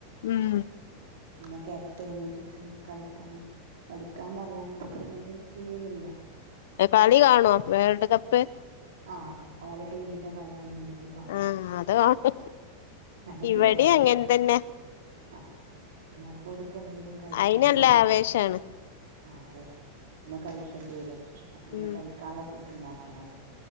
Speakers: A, on the left (about 70°); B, on the right (about 75°).
A: ഉം
B: എന്നന്നൊക്കെ എപ്പ എണീറ്റിട്ടുണ്ട് കളിക്കാൻ പഠിക്കാൻ പറയയാണെങ്കിൽ അവര് എണീക്കേയില്ല
A: കളി കാണോ വേൾട് കപ്പ്
B: ആക്ക ഓല ടീമിന്റെ കളിയാണെന്നുണ്ടെങ്കി കാണും
A: ആഹ് അത് കൊഴപ്പ
B: അല്ലേക്കി
A: ഇവിടിം
B: കാണോന്നില്ല
A: അങ്ങൻ തന്നെ
B: ആഹ് പിന്നെ അപ്പോല്ക്ക് എന്തെലും കഴിക്കണ്ടി
A: അയിന് നല്ല
B: വരും
A: ആവേശാണ്
B: ആ അതെ പിന്നെ കഴിക്കേണ്ടി വരും അപ്പോ പിന്നെ
A: ഉം
B: കഴിക്കാനുള്ള ഫുഡ് ഉണ്ടാക്കണം